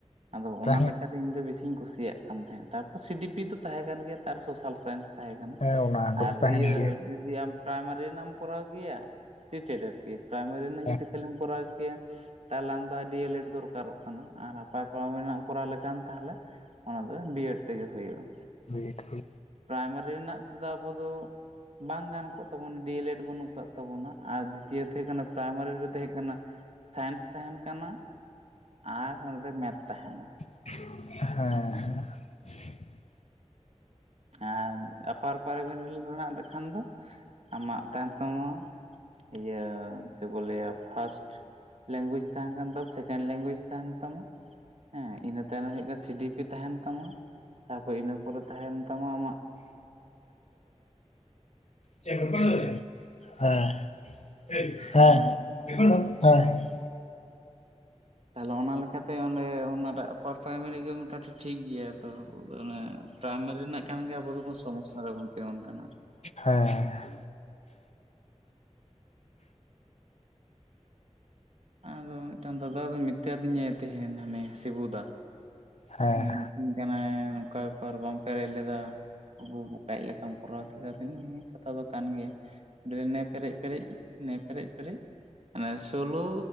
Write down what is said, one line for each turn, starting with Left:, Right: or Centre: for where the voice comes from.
Right: ᱟᱫᱚ ᱚᱱᱟ
Left: ᱛᱟᱦᱮᱸ
Right: ᱞᱮᱠᱟ ᱤᱧ ᱫᱚ ᱵᱮᱥᱤᱧ ᱠᱩᱥᱤᱭᱟᱜ ᱠᱟᱱ ᱛᱟᱦᱮᱸᱫ ᱛᱟᱨᱯᱚᱨ ᱥᱤ ᱵᱤ ᱯᱤ ᱫᱚ ᱛᱟᱦᱮᱸ ᱠᱟᱱ ᱜᱮᱭᱟ ᱛᱟᱨᱯᱚᱨ ᱥᱳᱥᱟᱞ ᱥᱟᱭᱮᱱᱥ ᱛᱟᱦᱮᱸ ᱠᱟᱱᱟ
Left: ᱦᱮᱸ ᱚᱱᱟ ᱠᱚᱫᱚ
Right: ᱟᱨ
Left: ᱛᱟᱦᱮᱱ
Right: ᱤᱭᱟᱹ
Left: ᱜᱮᱭᱟ
Right: ᱡᱩᱫᱤ ᱟᱢ ᱯᱨᱟᱭᱢᱟᱨᱤ ᱨᱮᱱᱟᱜ ᱮᱢ ᱠᱚᱨᱟᱣ ᱠᱮᱭᱟ ᱥᱤ ᱴᱮᱴ ᱟᱨᱠᱤ ᱯᱨᱟᱭᱢᱟᱨᱤ ᱨᱮᱱᱟᱜ
Left: ᱦᱮᱸ
Right: ᱡᱩᱫᱤ ᱠᱷᱟᱹᱞᱤᱢ ᱠᱚᱨᱟᱣ᱾ ᱛᱟᱦᱚᱞᱮ ᱟᱢ ᱫᱚ ᱰᱤ ᱮᱞ ᱮᱰ ᱫᱚᱨᱠᱟᱨᱚᱜ ᱠᱟᱱᱟ ᱟᱨ ᱟᱯᱟᱨ ᱯᱨᱟᱭᱢᱟᱨᱤ ᱨᱮᱱᱟᱜ ᱮᱢ ᱠᱚᱨᱟᱣ ᱞᱮᱠᱷᱟᱱ ᱛᱟᱦᱚᱞᱮ ᱚᱱᱟ ᱫᱚ ᱵᱤ ᱮᱰ ᱛᱮᱜᱮ ᱦᱩᱭᱩᱜ-ᱟ᱾
Left: <unintelligible>
Right: ᱯᱨᱟᱭᱢᱟᱨᱤ ᱨᱮᱱᱟᱜ ᱛᱮᱫᱚ ᱟᱵᱚ ᱫᱚ ᱵᱟᱝ ᱜᱟᱱ ᱠᱚᱜ ᱛᱟᱵᱚᱱᱟ ᱰᱤ ᱮᱞ ᱮᱰ ᱵᱟᱹᱱᱩᱜ ᱟᱠᱟᱫ ᱛᱟᱵᱚᱱᱟ ᱟᱨ ᱪᱤᱠᱟᱹ ᱛᱮ ᱦᱩᱭᱩᱜ ᱠᱟᱱᱟ ᱯᱨᱟᱭᱢᱟᱨᱤ ᱨᱮᱫᱚ ᱦᱩᱭᱩᱜ ᱠᱟᱱᱟ ᱥᱟᱭᱮᱱᱥ ᱛᱟᱦᱮᱱ ᱠᱟᱱᱟ ᱟᱨ ᱱᱚᱸᱰᱮ ᱢᱮᱛᱷ ᱛᱟᱦᱮᱸᱱᱟ
Left: ᱦᱮᱸ ᱦᱮᱸ
Right: ᱟᱨ ᱟᱯᱟᱨ ᱯᱨᱟᱭᱢᱟᱨᱤ ᱨᱮᱱᱟᱜ ᱞᱮᱠᱷᱟᱱ ᱫᱚ ᱟᱢᱟᱜ ᱛᱟᱦᱮᱱ ᱛᱟᱢᱟ ᱤᱭᱟᱹ ᱪᱮᱫ ᱠᱚ ᱞᱟᱹᱭᱟ ᱯᱷᱟᱥᱴ ᱞᱮᱝᱜᱩᱭᱮᱡ ᱛᱟᱦᱮᱱ ᱠᱟᱱ ᱛᱟᱢᱟ ᱥᱮᱠᱮᱱᱰ ᱞᱮᱝᱜᱩᱭᱮᱡ ᱛᱟᱦᱮᱱ ᱛᱟᱢᱟ ᱦᱮᱸ ᱤᱱᱟᱹ ᱛᱟᱭᱱᱚᱢ ᱦᱩᱭᱩᱜ ᱠᱟᱱᱟ ᱥᱤ ᱰᱤ ᱯᱤ ᱛᱟᱦᱮᱱ ᱛᱟᱢᱟ ᱛᱟᱯᱚᱨ ᱤᱱᱟᱹ ᱯᱚᱨᱮ ᱛᱟᱦᱮᱱ ᱛᱟᱢᱟ ᱟᱢᱟᱜ
Left: ᱦᱮᱸ
Right: <unintelligible>
Left: ᱦᱮᱸ ᱦᱮᱸ ᱦᱮᱸ
Right: ᱚᱱᱟ ᱦᱩᱭᱩᱜ ᱠᱟᱱᱟ
Left: ᱦᱮᱸ <inaudible>
Right: ᱛᱟᱦᱚᱞᱮ ᱚᱱᱟ ᱞᱮᱠᱟᱛᱮ ᱚᱸᱰᱮ ᱚᱱᱟᱴᱟᱜ ᱟᱯᱟᱨ ᱯᱨᱟᱭᱢᱟᱨᱤ ᱜᱮ ᱢᱚᱴᱟᱢᱩᱴᱤ ᱴᱷᱤᱠ ᱜᱮᱭᱟ ᱛᱚ ᱚᱱᱮ ᱯᱨᱟᱭᱢᱟᱨᱤ ᱨᱮᱱᱟᱜ ᱠᱷᱟᱱ ᱜᱮ ᱟᱵᱚ ᱫᱚᱵᱚᱱ ᱥᱚᱢᱚᱥᱥᱟ ᱨᱮᱵᱚᱱ ᱛᱤᱸᱜᱩᱱ ᱠᱟᱱᱟ
Left: ᱦᱮᱸ ᱦᱮᱸ ᱦᱮᱸ
Right: ᱟᱫᱚ ᱢᱤᱫᱴᱟᱝ ᱫᱟᱫᱟ ᱫᱚ ᱢᱮᱛᱟ ᱫᱤᱧᱟᱭ ᱛᱮᱦᱮᱱ ᱦᱟᱱᱤ ᱥᱤᱵᱩ ᱫᱟ
Left: ᱦᱮᱸ
Right: ᱩᱱᱤ ᱢᱤᱛᱟᱹᱧ ᱠᱟᱱᱟᱭ ᱱᱚᱝᱠᱟ ᱵᱮᱯᱟᱨ ᱵᱟᱢ ᱯᱮᱨᱮᱡ ᱞᱮᱫᱟ ᱵᱟᱵᱩ ‌ᱵᱚᱠᱟᱭᱤᱡ ᱞᱮᱠᱟᱢ ᱠᱚᱨᱟᱣ ᱠᱮᱫᱟ ᱟᱫᱚᱧ ᱞᱟᱹᱭᱮᱫ-ᱟ ᱦᱮᱸ ᱠᱟᱛᱷᱟ ᱫᱚ ᱠᱟᱱ ᱜᱮᱭᱟ ᱱᱮ ᱯᱮᱨᱮᱡ ᱯᱮᱨᱮᱡ ᱱᱮ ᱯᱮᱨᱮᱡ ᱯᱮᱨᱮᱡ ᱢᱟᱱᱮ ᱥᱳᱞᱳ